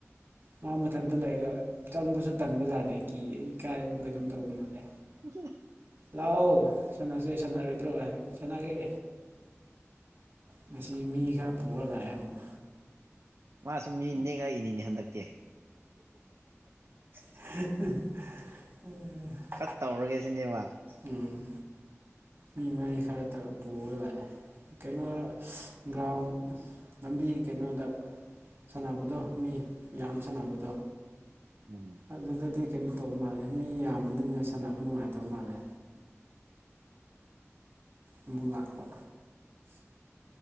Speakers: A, on the right; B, on the right.
A: ꯃꯥ ꯃꯊꯟꯇ ꯂꯩꯔꯒ ꯆꯪꯕꯁꯨ ꯇꯟꯕꯖꯥꯠꯅꯤ ꯀꯤ ꯑꯩ ꯏ ꯀꯥꯏ ꯀꯩꯅꯗꯣꯝ ꯇꯧꯕ ꯃꯥꯜꯂꯦ
B: <unintelligible>
A: ꯂꯥꯛꯑꯣ ꯁꯅꯁꯦ ꯁꯥꯟꯅꯔꯣꯏꯗ꯭ꯔꯣ ꯍꯥꯏ ꯁꯥꯟꯅꯒꯦ ꯉꯁꯤ ꯃꯤ ꯈꯔ ꯄꯨꯔ ꯂꯥꯛꯑꯦ ꯑꯃꯨꯛ
B: ꯃꯥꯁꯨ ꯃꯤ ꯅꯦꯛꯂꯛꯏꯅꯤꯅꯦ ꯍꯟꯗꯛꯇꯤ
A: <unintelligible>
B: ꯀꯠ ꯇꯧꯔꯒꯦ ꯁꯤꯅꯦꯕ
A: ꯎꯝ ꯃꯤ ꯃꯔꯤ ꯈꯔꯇ ꯄꯨꯔꯒ ꯂꯥꯛꯑꯦ ꯀꯩꯅꯣ ꯒ꯭ꯔꯥꯎꯟ ꯂꯝꯕꯤ ꯀꯩꯅꯣꯗ ꯁꯥꯟꯅꯕꯗꯣ ꯃꯤ ꯃꯌꯥꯝ ꯁꯥꯟꯅꯕꯗꯣ
B: ꯎꯝ
A: ꯑꯗꯨꯗꯗꯤ ꯀꯩꯅꯣ ꯇꯧꯕ ꯃꯥꯜꯂꯦ ꯃꯤ ꯌꯥꯝꯕꯅꯤꯅꯤꯅ ꯁꯥꯟꯅꯕ ꯅꯨꯡꯉꯥꯏꯇꯕ ꯃꯥꯜꯂꯦ ꯑꯃꯨꯛ ꯂꯥꯛꯄ